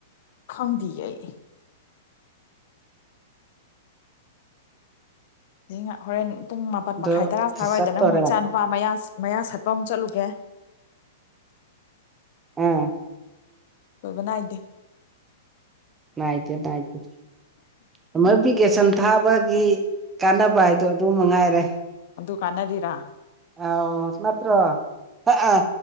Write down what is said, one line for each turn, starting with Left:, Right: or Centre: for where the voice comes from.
Left: ꯈꯪꯗꯤ ꯑꯩ ꯍ ꯍꯣꯔꯦꯟ ꯄꯨꯡ ꯃꯥꯄꯟ
Right: ꯑꯗꯣ
Left: ꯃꯈꯥꯏ ꯇꯔꯥ ꯁꯥꯋꯥꯏꯗꯅ
Right: ꯆꯠꯇꯣꯔꯦ
Left: ꯑꯃꯨꯛ ꯏꯆꯥ ꯅꯨꯄꯥ ꯃꯌꯥ ꯃꯌꯥ ꯁꯠꯄ ꯑꯃꯨꯛ ꯆꯠꯂꯨꯒꯦ
Right: ꯑꯝ
Left: ꯂꯣꯏꯕ ꯅꯥꯏꯗꯦ
Right: ꯅꯥꯏꯇꯦ ꯅꯥꯥꯏꯇꯦ ꯁꯝꯃꯔ ꯚꯤꯀꯦꯁꯟ ꯊꯥꯕꯒꯤ ꯀꯥꯟꯅꯕ ꯍꯥꯏꯗꯣ ꯑꯗꯨ ꯃꯉꯥꯏꯔꯦ
Left: ꯐꯗꯨꯀꯥꯟ ꯔꯥ
Right: ꯑ ꯅꯠꯇ꯭ꯔꯣ ꯑꯥ